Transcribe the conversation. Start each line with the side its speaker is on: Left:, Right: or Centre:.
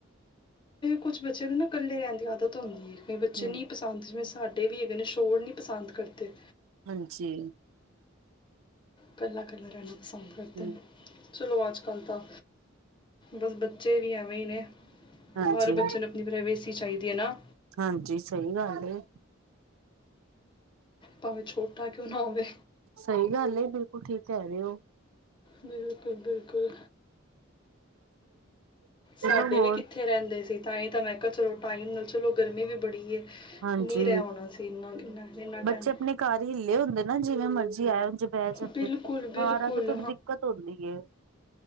Left: ਕੁਝ ਬੱਚਿਆਂ ਨੂੰ ਇਕੱਲੇ ਰਹਿਣ ਦੀ ਆਦਤ ਹੁੰਦੀ ਐ, ਕੁਝ ਬੱਚਿਆਂ
Right: ਹੂੰ
Left: ਨੂੰ ਨਹੀਂ ਪਸੰ ਹਾਂਜੀ ਜਿਵੇਂ ਸਾਡੇ ਵੀ ਇਨਾਂ ਸ਼ੋਰ ਨਈ ਪਸੰਦ ਕਰਦੇ
Right: ਹਾਂਜੀ
Left: ਕੱਲਾ -ਕੱਲਾ ਰਹਿਣਾ ਪਸੰਦ ਕਰਦਾ
Right: ਹੂੰ
Left: ਚਲੋ, ਅੱਜਕੱਲ੍ਹ ਤਾਂ ਬਸ ਬੱਚੇ ਵੀ ਐਵੇਂ ਹੀ ਨੇ।
Right: ਹਾਂਜੀ
Left: ਹਰ ਬੱਚਾ ਨ ਕਿਧਰੇ, ਵਿਛ ਈ ਚਾਹੀਦੀ ਏ ਨਾ
Right: ਹਾਂਜੀ, ਸਹੀ ਗੱਲ
Left: ਭਾਵੇਂ ਛੋਟਾ, ਕਿਉਂ ਨਾ ਹੋਵੇ
Right: ਸਹੀ ਗੱਲ ਏ, ਬਿਲਕੁਲ ਠੀਕ ਕੇ ਤੇ ਹੈਗੇ
Left: ਬਿਲਕੁਲ-ਬਿਲਕੁਲ, ਸਾਡੇ
Right: ਚਲੋ
Left: ਵੀ
Right: ਹੋਰ
Left: ਕਿਥੇ ਇਥੇ ਰਹਿੰਦੇ ਸੀ, ਤਾਂ ਹੀ ਤਾਂ ਮੈ ਕਿਹਾ ਚਲੋ ਟਾਈਮ ਨਾਲ ਚਲੋ ਗਰਮੀ ਵੀ ਬੜੀ ਏ,
Right: ਹਾਂਜੀ
Left: ਨਈ ਰਿਹਾ ਹੋਣਾ ਸੀ ਇਨਾ-ਇਨਾ ਟਾਈਮ
Right: ਬੱਚੇ ਆਪਣੇ ਘਰ ਨਈ ਨਾ ਹੁੰਦੇ, ਜਿਵੇਂ ਮਰਜ਼ੀ ਆਇਆ ਜੇ ਬਹਿ ਜਾਂਦੇ,
Left: ਬਿਲਕੁਲ ਬਿਲਕੁਲ
Right: ਬਾਹਰ ਆ ਕੇ ਥੋੜੀ ਦਿੱਕਤ, ਹੁੰਦੀ ਏ